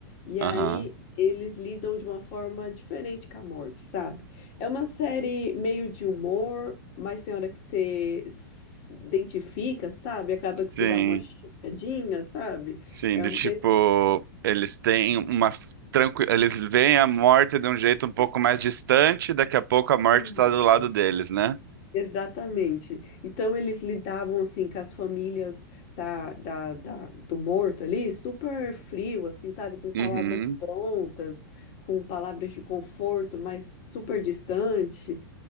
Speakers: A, on the left (about 45°); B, on the right (about 70°).
A: E
B: Aham.
A: aí eles lidam de uma forma diferente com a morte, sabe? É uma série meio de humor, mas tem hora que você se identifica, sabe? Acaba que você
B: Sim,
A: dá uma choradinha, sabe?
B: sim,
A: É
B: do
A: um
B: tipo,
A: bem.
B: eles têm uma tranqui... eles veem a morte de um jeito um pouco mais distante, daqui a pouco a morte
A: Isso.
B: está do lado deles, né?
A: Exatamente. Então eles lidavam assim com as famílias da, da, da- do morto ali, super frio, assim, sabe, com palavras
B: Uhum.
A: prontas, com palavras de conforto, mas super distante.